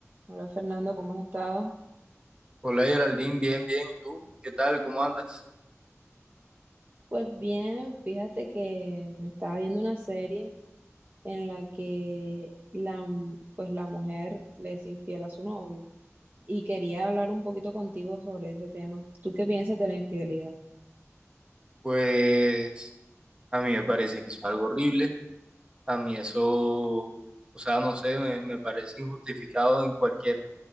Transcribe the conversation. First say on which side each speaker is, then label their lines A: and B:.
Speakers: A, on the right; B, on the right.
A: Hola Fernando, ¿cómo has estado?
B: Hola Geraldine, bien, bien. ¿Y tú? ¿Qué tal? ¿Cómo andas?
A: Pues bien, fíjate que me estaba viendo una serie en la que la, m- pues la mujer le es infiel a su novio y quería hablar un poquito contigo sobre ese tema. ¿Tú qué piensas de la infidelidad?
B: Pues a mí me parece que eso es algo horrible. A mí eso, o sea, no sé, me, me parece injustificado en cualquier